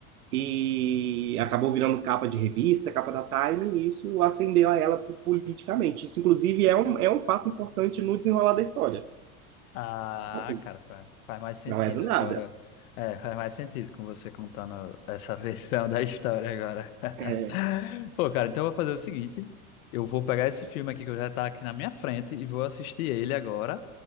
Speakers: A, on the right; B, on the left.
A: e acabou virando capa de revista, capa da Time, e isso acendeu a ela politicamente. Isso, inclusive, é um, é um fato importante no desenrolar da história.
B: Ah,
A: Assim,
B: cara, fa- faz mais sentido
A: não é do nada.
B: agora. É, faz mais sentido com você contando essa <laughs> versão da história agora. <laughs>
A: É
B: Pô, cara, então eu vou fazer o seguinte: eu vou pegar esse filme aqui que já tá aqui na minha frente e vou assistir ele agora.